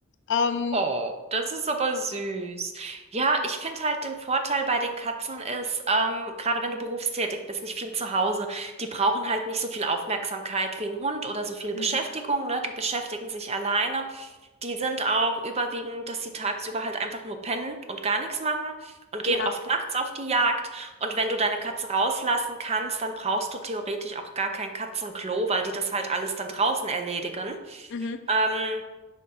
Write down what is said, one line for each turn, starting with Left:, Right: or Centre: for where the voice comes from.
Left: Ähm,
Right: Oh, das ist aber süß. Ja, ich finde halt den Vorteil bei den Katzen ist, ähm, gerade wenn du berufstätig bist, nicht viel zu Hause, die brauchen halt nicht so viel Aufmerksamkeit wie ein Hund oder so viel
Left: Mhm.
Right: Beschäftigung, ne? Die beschäftigen sich alleine. Die sind auch überwiegend, dass sie tagsüber halt einfach nur pennen und gar nichts machen und gehen
Left: Ja.
Right: oft nachts auf die Jagd. Und wenn du deine Katze rauslassen kannst, dann brauchst du theoretisch auch gar kein Katzenklo, weil die das halt alles dann draußen erledigen.
Left: Mhm.
Right: Ähm,